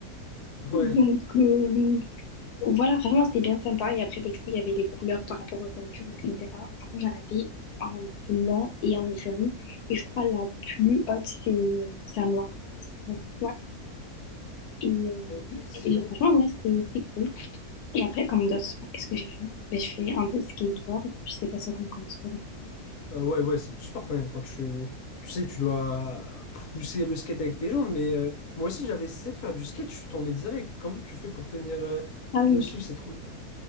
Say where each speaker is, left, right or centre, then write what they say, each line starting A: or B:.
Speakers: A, on the left; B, on the left.
A: Ouais.
B: Donc, euh, voilà, franchement, c'était bien sympa. Et après, bah, du coup, il y avait les couleurs par rapport aux ceintures, etc. Je crois que j'en avais en blanc et en jaune. Et je crois la plus haute, c'est c'est en noir. Donc, Ouais. Et, euh,
A: Ok, stylé.
B: et franchement, ouais, c'était c'était cool. Et après, comme d'autres sports, qu'est-ce que j'ai fait? Ben, je fais un peu de skateboard. Je sais pas ça comme comme sport, du coup.
A: Euh, ouais, ouais, c'est du sport quand même. Quand tu, tu sais, tu dois pousser le skate avec tes jambes. Mais euh, moi aussi, j'avais essayé de faire du skate. Je suis tombé direct. Comment tu fais pour tenir euh,
B: Ah
A: dessus?
B: oui,
A: C'est trop dur.